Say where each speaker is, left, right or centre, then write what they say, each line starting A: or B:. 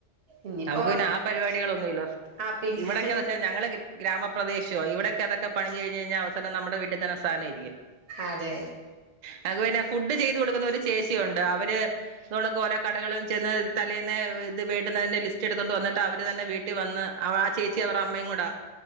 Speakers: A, on the right; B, on the right.
A: ഇനിയിപ്പോ
B: നമുക്ക് പിന്നെ ആ പരിപാടികളൊന്നുവില്ല <unintelligible>
A: ആഹ് പിന്നെ
B: ഇവിടക്കന്ന് വെച്ചാ ഞങ്ങള് ഗ്രാമപ്രദേശവാ ഇവിടെക്കെ അതൊക്കെ പണിഞ്ഞു കഴിഞ്ഞു കഴിഞ്ഞാ അവസാനം നമ്മടെ വീട്ടി തന്നെ ആ സാധനം ഇരിക്കും.
A: അതെ
B: ങ്ങക്ക് പിന്നെ ഫുഡ് ചെയ്ത് കൊടുക്കുന്ന ഒരു ചേച്ചിയൊണ്ട് അവര് ഇത്പോണക്ക് ഓരോ കടകളും ചെന്ന് തലേന്നേ ഇത് വേണ്ടുന്നതിന്റെ ലിസ്റ്റ് എടുത്തോണ്ട് വന്നിട്ട് അവര് തന്നെ വീട്ടി വന്ന് അവ ആ ചേച്ചി അവർടെ അമ്മേംകുടാ